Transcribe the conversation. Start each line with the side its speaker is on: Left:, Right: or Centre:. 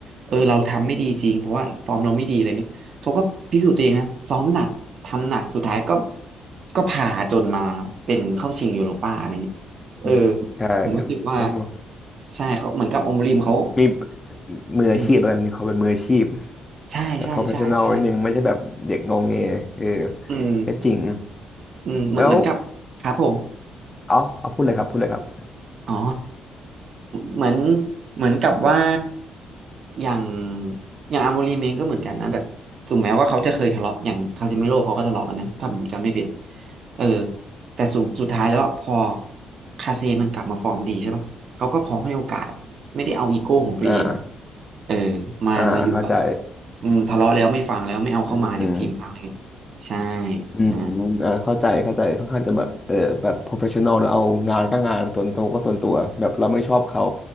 Right: เออเราทำไม่ดีจริงเพราะว่าฟอร์มเราไม่ดีอะไรเงี้ยเขาก็พิสูจน์ตัวเองนะซ้อมหนักทำหนักสุดท้ายก็ก็พาจนมาเป็นเข้าชิงยูโรป้าอะไรเงี้ยเออ
Left: อืมใช่
Right: ผมรู้สึกว่า
Left: ต้อง
Right: ใช่เขาเหมือนกับอมริมเขา
Left: มีมืออาชีพแล้วกันมีความเป็นมืออาชีพ
Right: อืมใช่ใช่ใช่ใช่
Left: แต่ professional นิดนึงไม่ใช่แบบเด็กงองแงเออ
Right: อืม
Left: ก็จริง
Right: อืมเหมือนเหมือนกับครับผม
Left: แล้วอ๋อเอาพูดเลยครับพูดเลยครับ
Right: อ๋อเหมือนเหมือนกับว่าอย่างอย่างอาโมรีเมงก็เหมือนกันนะแบบถึงแม้ว่าเขาจะเคยทะเลาะอย่างคาซิเมโร่เขาก็ทะเลาะกันนะถ้าผมจำไม่ผิดเออแต่สุดสุดท้ายแล้วอะพอคาเซมันกลับมาฟอร์มดีใช่ป่ะเขาก็พร้อมให้โอกาสอะไม่ได้เอาอีโก้ของตัวเองอะ
Left: อ่า
Right: เออมามาอยู่แบบ
Left: อ่าเข้าใจ
Right: อืมทะเลาะแล้วไม่ฟังแล้วไม่เอาเข้ามาเดี๋ยวทีมพังเอง
Left: อืม
Right: ใช่
Left: อืม
Right: อ่า
Left: อ่าเข้าใจเข้าใจค่อนข้างจะแบบเออแบบ professional นะเอางานก็งานส่วนตัวก็ส่วนตัวแบบเราไม่ชอบเขา